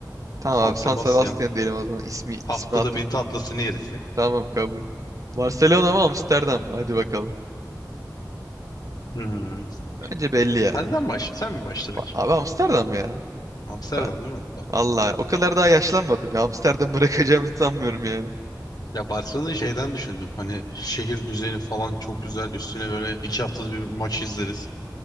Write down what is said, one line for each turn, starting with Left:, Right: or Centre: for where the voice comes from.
Right: Tamam
Left: San
Right: abi
Left: Sebastian.
Right: San Sebastian diyelim o zaman. İsmi
Left: Haftada
Right: ismi hatırlamıyorum.
Left: bir tatlısını yeriz ya.
Right: Tamam kabul. Barcelona mı Amsterdam mı? Hadi bakalım.
Left: Hmm.
Right: Bence belli ya.
Left: Senden başla. Sen mi başla bakayım?
Right: Ba- Abi Amsterdam ya.
Left: Amsterdam
Right: Ben
Left: değil mi?
Right: Allah o kadar daha yaşlanmadım ya. Amsterdam <laughs> bırakacağımı sanmıyorum yani.
Left: Ya Barcelona'yı şeyden düşündüm. Hani şehir düzeni falan çok güzel. Üstüne böyle iki haftada bir maç izleriz.